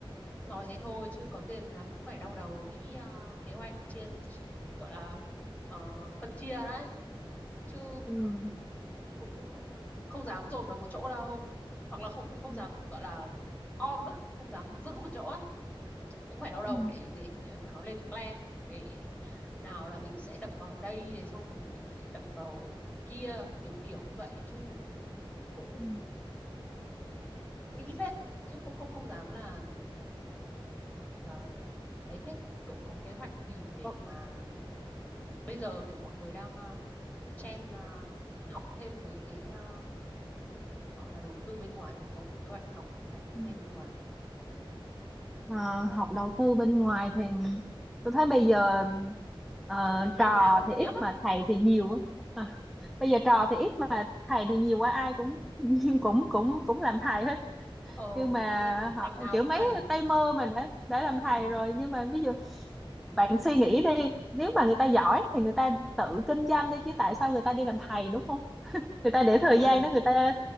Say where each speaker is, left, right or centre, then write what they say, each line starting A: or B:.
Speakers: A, on the left; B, in the centre.
A: nói thế thôi chứ có tiền là cũng phải đau đầu nghĩ ờ, kế hoạch chia gọi là ờ, phân chia đấy chứ
B: ừ.
A: cũng không dám dồn vào một chỗ đâu hoặc là không không
B: Ừ.
A: dám gọi là om á không dám giữ một chỗ á cũng phải đau đầu
B: Ừ.
A: để để à, nào lên plan để nào là mình sẽ đập vào đây rồi xong mình mình lại đập vào kia kiểu kiểu như vậy chứ cũng
B: Ừ.
A: nghĩ phết chứ không không không dám là là đấy thế cậu có kế hoạch gì để
B: Vâng.
A: mà bây giờ kiểu mọi người đang uh, chen ờ, học thêm mấy cái ờ, gọi là đầu tư bên ngoài cậu có kế hoạch học hành gì
B: Ừ.
A: thêm bên ngoài không?
B: Mà học đầu tư bên ngoài thì tôi thấy bây giờ ờ,
A: kiểu tiền
B: trò
A: ảo tiền
B: thì ít
A: điếc á
B: mà thầy thì nhiều á. À, bây giờ trò thì ít mà thầy thì nhiều quá ai cũng <laughs> cũng cũng cũng làm thầy hết
A: ờ
B: nhưng mà
A: công nhận
B: họ
A: ngành nào
B: kiểu
A: cũng
B: mấy
A: thầy
B: tay mơ mà đã đã làm
A: ừ
B: thầy rồi nhưng mà ví dụ bạn suy nghĩ đi nếu mà người ta giỏi thì người ta tự kinh doanh đi chứ tại sao người ta đi làm thầy đúng không người ta để thời
A: ừ
B: gian đó người ta